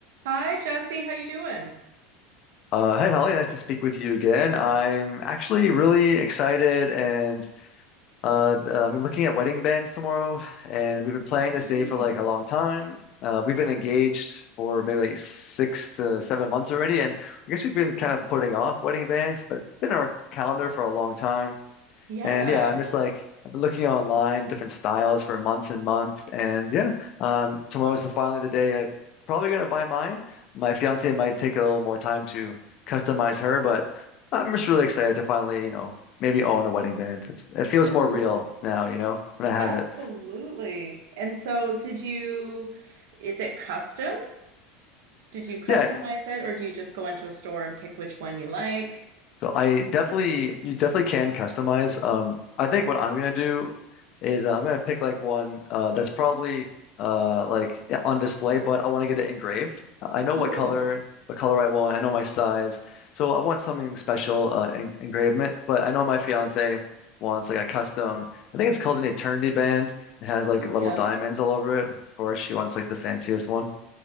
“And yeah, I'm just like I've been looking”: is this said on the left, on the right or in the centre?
Left